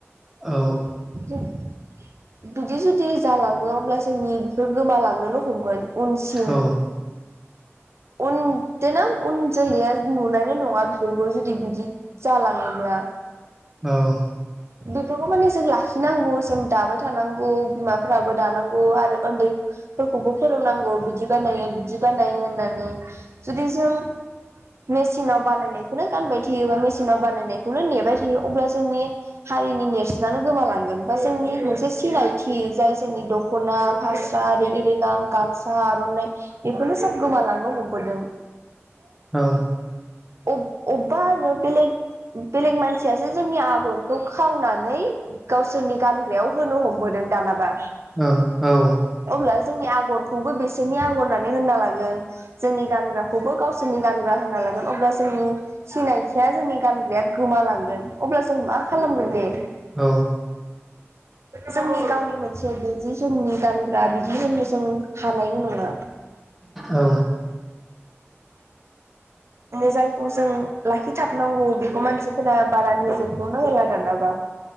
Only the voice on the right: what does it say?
<unintelligible>
बिदि जुदि जालाङो अब्ला जोंनि बेफोर गोमालांनोनो हमगोन। उनसिम
उन देनां उन जोलैया नुनायनो नङा बेफोरखौ जुदि बिदि जालाङोब्ला
बिफोरखौ माने जों लाखि लाखिनांगौ जों दाबाय थानांगौ बिमाफोराबो दानांगौ आरो उन्दैफोरखौबो फोरोंनांगौ बिदि बानायो बिदि बानायो होननानै जुदि जों मेसिनाव बानायनायखौनो गानबाय थायो बा मेसिनाव बानायनायखौनो नेबाय थायो अब्ला जोंनि हारिनि नेरसोनानो गोमोलांगोन बा जोंनि बे मोनसे सिनायथि। जाय जोंनि दखना फास्रा रेगि रेगां गामसा आर'नाइ बेफोरनो सोब गोमालांनो हमबोदों
अब-अबेबा आरो बेलेग बेलेग मानसियासो जोंनि आगरखौ खावनानै गावसोरनि गानग्रायाव होनो हमबोदों दानाबा
अब्ला जोंनि आगरखौबो बिसोरनि आगर होननानै होनना लागोन। जोंनि गानग्राखौबो गावसोरनि गानग्रा होनना लागोन अब्ला जोंनि सिनायथिया जोंनि गानग्राया गोमालांगोन अब्ला जों मा खालामगोन दे?
जोंनि गावनि मोनसे बे जि जोंनि गानग्रा बिदि होननो जों हानाय नङा।
जायखौ जों लाखिथाबनांगौ बेखौ मानसिफोरा बारा नोजोरखौ होला दानाबा